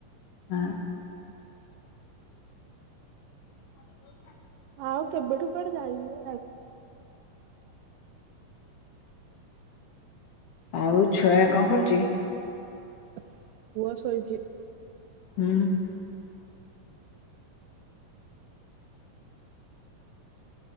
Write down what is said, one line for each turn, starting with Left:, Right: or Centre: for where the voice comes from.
Left: ଆଁ ହ <unintelligible>
Right: ଆଉ କେବେଠୁ କୁ ଆଡେ ଜାାଇନୁ ଆ।
Left: ଆଉ ଛୁଆ କଣ କରୁଛି?
Right: ପୁଅ ଶୋଇଛି।
Left: ହୁଁ।